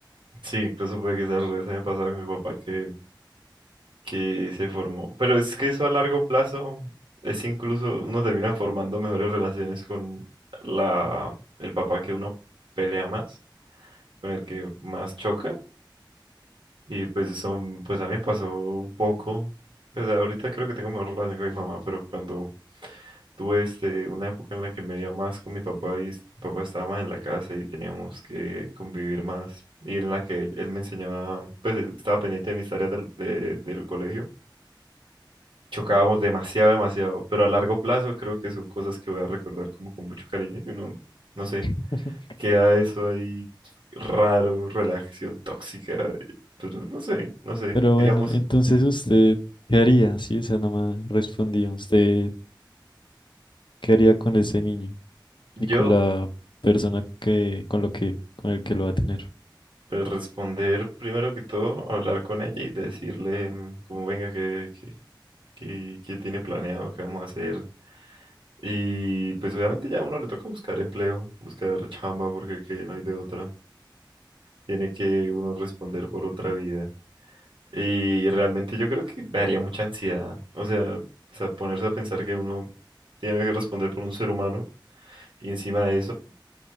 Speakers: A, on the right; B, on the left.
A: Sí, incluso puede que sea al revés, haya pasado con mi papá que, que se formó. Pero es que eso a largo plazo es incluso... Uno termina formando mejores relaciones con la, el papá que uno pelea más, con el que más choca. Y pues eso, mm, pues a mí me pasó un poco. Pues ahorita creo que tengo mejor relación con mi mamá, pero cuando tuve este, una época en la que me iba más con mi papá y s- mi papá estaba más en la casa y teníamos que convivir más, y en la que él me enseñaba, pues él estaba pendiente de mis tareas del, de- del colegio, chocábamos demasiado, demasiado, pero a largo plazo creo que son cosas que voy a recordar como con mucho cariño y uno, no sé,
B: <laughs>
A: queda eso ahí raro, relación tóxica, pero no sé, no sé.
B: Pero
A: Digamos,
B: bueno, entonces usted, ¿qué haría? Sí, esa no me respondía. ¿Usted qué haría con ese niño y
A: yo
B: con la persona que, con lo que, con el que lo va a tener?
A: pues, responder primero que todo, hablar con ella y decirle mm, como venga que, que, que, que tiene planeado, qué vamos a hacer. Y pues obviamente ya a uno le toca buscar empleo, buscar chamba porque que no hay de otra. Tiene que uno responder por otra vida. Y realmente yo creo que me haría mucha ansiedad. O sea, o sea, ponerse a pensar que uno tiene que responder por un ser humano Y encima de eso,